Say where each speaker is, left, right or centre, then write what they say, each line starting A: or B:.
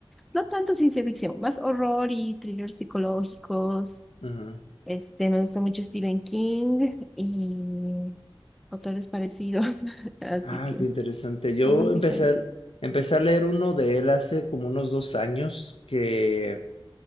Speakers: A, in the centre; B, on the left.
A: No tanto ciencia ficción, más horror y thrillers psicológicos.
B: Ajá.
A: Este, me gusta mucho Stephen King y autores parecidos, <laughs> así
B: Ah,
A: que
B: qué interesante. Yo
A: temas
B: empecé,
A: diferentes.
B: a- empecé a leer uno de él hace como unos dos años que